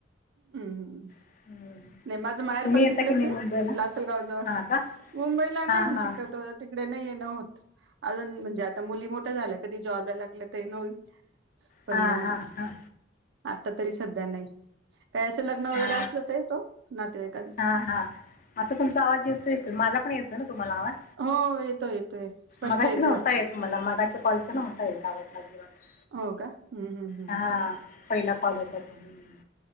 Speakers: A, on the right; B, on the left.
A: हम्म हम्
B: हम्म
A: नाही माझ माहेर
B: तुम्ही
A: पण
B: येता
A: तिकडेच
B: की नाही
A: आहे
B: मुंबईला
A: लासलगाव जवळ.
B: हा का
A: मुंबईला नाही
B: हा हा
A: शक्यतो येत. तिकडे नाही येन होत, अजून म्हणजे आता मुली मोठ्या झाल्या कधी जॉबला लागल्या तर येन होईल. पण
B: हा
A: मग
B: हा हा
A: आता तरी सध्या नाही. काही असं लग्न
B: हा
A: वगैरे असलं ते तो नातेवाईकांचं.
B: हा हा. आता तुमचा आवाज येतोय, माझा पण येतो ना तुम्हाला आवाज?
A: हो येतोय, येतोय स्पष्ट
B: मगाशी
A: येतोय
B: नव्हता
A: आता.
B: येत मला मगाच्या कॉलच नव्हता येत आवाज अजिबात
A: हो का हम्म हम्म हम्म
B: हा पहिला कॉल होता तो हम्म